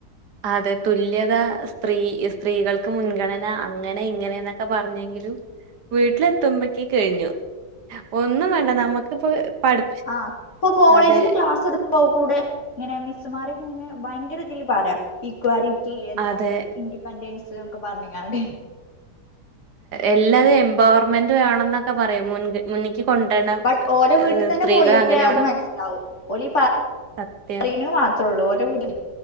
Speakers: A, on the right; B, on the left.
A: അതെ തുല്യത സ്ത്രീ സ്ത്രീകൾക്ക് മുൻഗണന അങ്ങനെ ഇങ്ങനെ എന്നൊക്കെ പറഞ്ഞ വീട്ടിലെത്തുമ്പോ കഴിഞ്ഞു ഒന്നും വേണ്ട നമുക്കിപ്പോ പഠിപ്പി
B: ആഹ ഇപ്പൊ കോളേജില്
A: അതെ
B: ക്ലാസ് എടുക്കുമ്പോ കൂടെ ഇങ്ങനെ മിസ്സുമാര് അനെ ഭയങ്കര ഇതിൽ പറയാം ഈക്വാലിറ്റി എന്താ
A: അതെ
B: ഇൻഡിപൻഡൻസ് നമക്ക് പറഞ്ഞങ്ങണ്ട
A: എല്ലാരും എംപവർമെന്റ് വേണം എന്നൊക്കെ പറയും മുൻ കൊണ്ടുവരണം
B: ബട്ട് ഓല വീട്ടിൽ
A: ഏഹ്
B: തന്നെ
A: സ്ത്രീകൾ
B: പോയിൊക്കെ
A: അങ്ങനെ ആവണം
B: അത് മനസ്സിലാവും ഓലീ
A: സത്യം
B: അറീന മാത്രേള്ളൂ ഓരോ വീട